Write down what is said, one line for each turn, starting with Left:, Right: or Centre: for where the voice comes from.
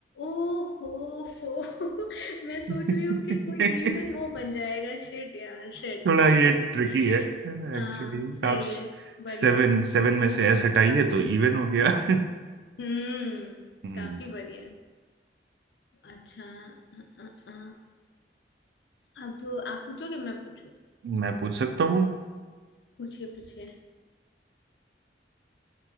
Left: ओहो फो <laughs> मैं
Right: <laughs>
Left: सोच रही हूँ कि कोई इवन वो बन जाएगा शिट यार शिट
Right: थोड़ा
Left: <laughs>
Right: ये ट्रिकी है
Left: हाँ
Right: एक्चुअली
Left: सही
Right: आप सेवन
Left: है बढ़िया है
Right: सेवन में से एस हटाइए तो इवन हो गया <laughs>
Left: हम्म
Right: हम्म,
Left: काफी बढ़िया है अच्छा अ, अ, अ, अब आप पूछोगे मैं पूछू
Right: मैं पूछ सकता हूँ
Left: पूछिए पूछिए